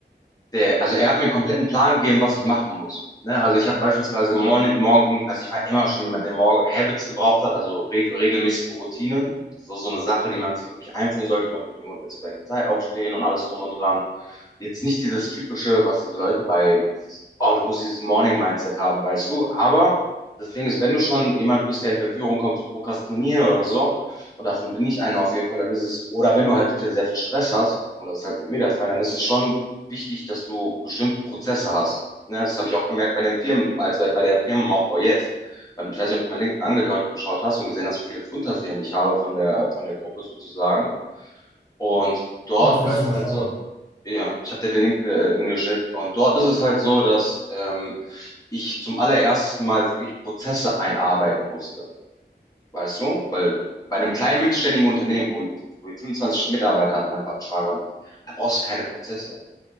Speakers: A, on the left (about 20°); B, on the right (about 20°).
A: der, also er hat mir einen kompletten Plan gegeben, was ich machen muss. Ne? Also ich habe beispielsweise morgen, morgen, also ich war immer schon jemand, der morgen Habits gebraucht hat, also reg regelmäßige Routinen. Das ist auch so eine Sache, die man sich wirklich einführen sollte, immer wirklich ungefähr zur gleichen Zeit aufstehen und alles drum und dran. Jetzt nicht dieses typische, was diese Leute bei dieses, oh, du musst dieses Morning-Mindset haben, weißt du. Aber das Ding ist, wenn du schon jemand bist, der in Verführung kommt zu prokrastinieren oder so, und davon bin ich einer auf jeden Fall, dann ist es, oder wenn du halt sehr viel Stress hast, und das ist halt bei mir der Fall, dann ist es schon wichtig, dass du bestimmte Prozesse hast. Ne, das habe ich auch gemerkt bei den Firmen, also bei, bei der Firmenaufbau jetzt. Weil Ich weiß nicht, ob du mein LinkedIn angeschaut hast und gesehen hast, wie viele Unterfirmen ich habe von der, von der Gruppe sozusagen. Und dort
B: Kann ich gleich
A: ist es
B: mal
A: halt
B: schauen.
A: so, ja, ich habe dir den Link äh, irgendwie geschickt. Und dort ist es halt so, dass ähm, ich zum allerersten Mal wirklich Prozesse einarbeiten musste. Weißt du? Weil bei einem kleinen mittelständigen Unternehmen, wo, wo wir 25 Mitarbeiter hatten, mein Schwager und ich, da brauchst du keine Prozesse.